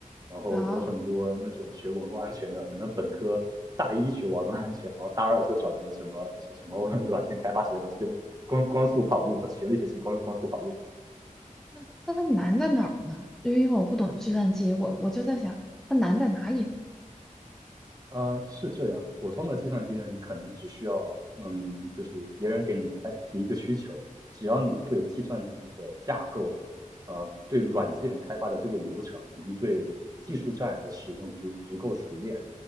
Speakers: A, on the right; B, in the centre.
A: 然后我很多那种学网络安全的，
B: 好。
A: 可能本科大一学网络安全，然后大二就转成什么什什么 <laughs> 软件开发之类的东西，就光光速跑路，学了一学期光光速跑路。
B: 那那它难在哪儿呢？因为我不懂计算机，我我就在想它难在哪里。
A: 呃，是这样，普通的计算机呢，你可能只需要，嗯，就是别人给你开提一个需求，只要你对计算机的架构，呃，对软件开发的这个流程，以及对技术栈的使用足足够熟练，